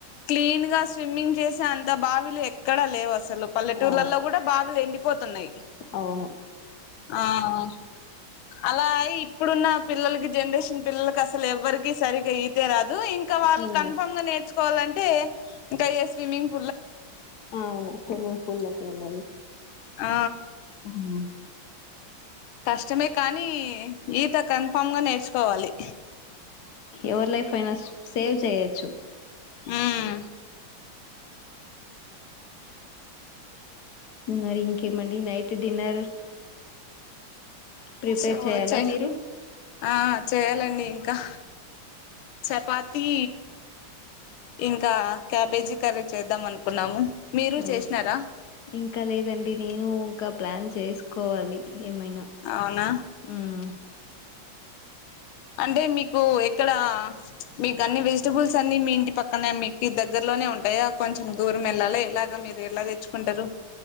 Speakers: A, on the left; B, on the left.
A: క్లీన్ గా స్విమ్మింగ్ చేసే అంత బావిలు ఎక్కడా లేవు అసలు పల్లెటూర్లలో
B: ఆ
A: కూడా బావిలు ఎండిపోతున్నాయి.
B: అవును
A: ఆ ఆ అలా అయి ఇప్పుడున్న పిల్లలకి జనరేషన్ పిల్లలకి అసలు ఎవ్వరికిీ సరిగా ఈతే రాదు, ఇంకా వాళ్ళు
B: ఉమ్
A: కన్ఫామ్ గా నేర్చుకోవాలంట కే ఇంక అయ్యే స్విమింగ్ <inaudible>
B: అవును స్విమ్మింగ్ పూల్ లకు వెళ్ళాలి
A: ఆ
B: ఉమ్
A: కష్టమే కానీ ఈత క్ కన్ఫామ్ గా నేర్చుకోవాలి
B: ఎవర్ లైఫ్ అయినా సేవ్ చేయచ్చు
A: ఉమ్
B: ఉమ్ మరి ఇంకేమండి నైట్ డిన్నర్ ప్రిపేర్
A: సో
B: చేయాలా
A: చె
B: మీరు
A: ఆ చేయాలండి ఇంకా చపాతి ఇంకా క్యాబేజీ కర్రీ చేద్దాం అనుకున్నాము. మీరు
B: ఓ
A: చేసినారా
B: ఇంకా లేదండి నేను ఇంకా ప్లాన్ చేసుకోవాలి ఏమైనా
A: అవునా
B: ఉమ్
A: అంటే మీకు ఎక్కడ మీకు అన్ని వెజిటెబుల్స్ అన్ని మీ ఇంటి పక్కనే మీకు దగ్గరలోనే ఉంటాయా కొంచెం దూరం వెళ్ళాలి ఎలాగ మీరు ఎలా తెచ్చుకుంటారు